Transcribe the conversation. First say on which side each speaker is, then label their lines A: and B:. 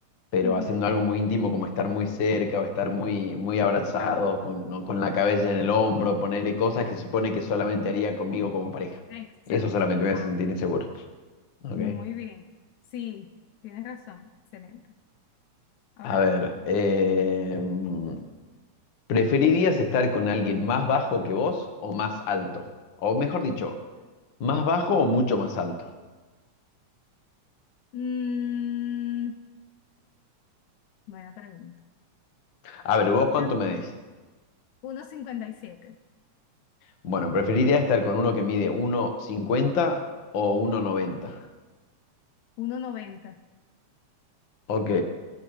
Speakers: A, on the left (about 50°); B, on the left (about 75°).
A: pero
B: ujú,
A: haciendo algo muy íntimo como estar muy cerca o estar muy, muy abrazados, con, ¿no? con la cabeza en el hombro, ponerle cosas que se supone que solamente haría conmigo como pareja.
B: Exacto.
A: Eso solamente me
B: Ah,
A: hace sentir inseguro. ¿ok?
B: muy bien. Sí, tienes razón. Excelente. Ahora
A: A ver,
B: tú.
A: eh, mm, ¿preferirías estar con alguien más bajo que vos o más alto? O mejor dicho, ¿más bajo o mucho más alto?
B: Mm, buena pregunta.
A: A ver, ¿vos
B: Creo-
A: cuánto me decís?
B: uno cincuenta y siete,
A: Bueno, preferiría estar con uno que mide uno cincuenta o uno noventa
B: uno noventa.
A: Ok.